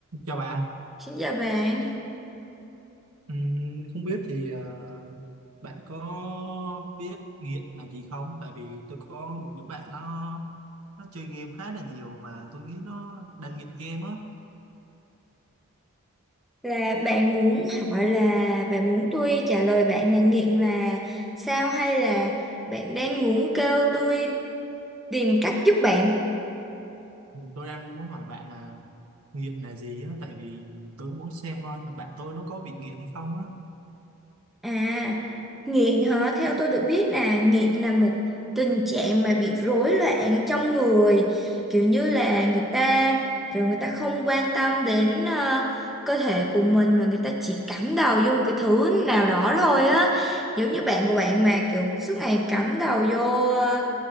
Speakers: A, on the right (about 90°); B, in the centre.
A: Chào bạn,
B: Xin chào bạn,
A: Ừm, không biết thì ờ, bạn có biết nghiện là gì không? Tại vì tôi có một đứa bạn nó nó chơi game khá là nhiều và tôi nghĩ nó đang nghiện game á.
B: là bạn muốn hỏi là bạn muốn tôi trả lời bạn là nghiện là sao hay là bạn đang muốn kêu tôi tìm cách giúp bạn?
A: Ừm, Tôi đang muốn hỏi bạn là nghiện là gì á, tại vì tôi muốn xem coi thằng bạn tôi nó có bị nghiện hay không á.
B: À, nghiện hả? Theo tôi được biết là nghiện là một tình trạng mà bị rối loạn trong người, kiểu như là người ta kiểu người ta không quan tâm đến ờ, cơ thể của mình mà người ta chỉ cắm đầu vô một cái thứ nào đó thôi á. Giống như bạn của bạn mà kiểu suốt ngày cắm đầu vô ờ,